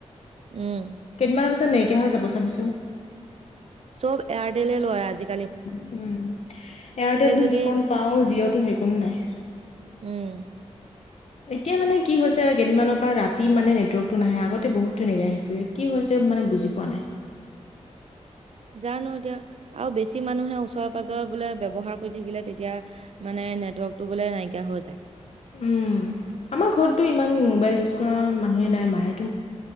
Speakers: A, on the right (about 60°); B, on the left (about 60°).
A: উম
B: কেইদিনমানৰ পিছত নাইকিয়া হৈ যাব চাবিচোন।
A: চব এয়াৰটলে লয় আজি-
B: এয়াৰটেলটো
A: যদি
B: যিকণ পাওঁ জিঅ'টো সেই কোন নাই।
A: উম।
B: এতিয়া মানে কি হৈছে
A: এ-
B: কেইদিনমানৰ পৰা ৰাত- তি মানে নেটৱৰ্কটো নাহে আগতে বহুত ধুনীয়াকৈ আহিছিলে কি হৈছে মানে বুজি পোৱা নাই। <inaudible>
A: জানো এতিয়া আৰু বেছি মানুহে ওচৰে পাজৰে বোলে ব্যৱহাৰ কৰি থাকিলে তেতিয়া মানে। নেটৱৰ্কটো বোলে নাইকিয়া হৈ যায়।
B: উম আমাৰ ঘৰতটো ইমান মোবাইল ইউজ কৰা মানুহে নাই মাইত।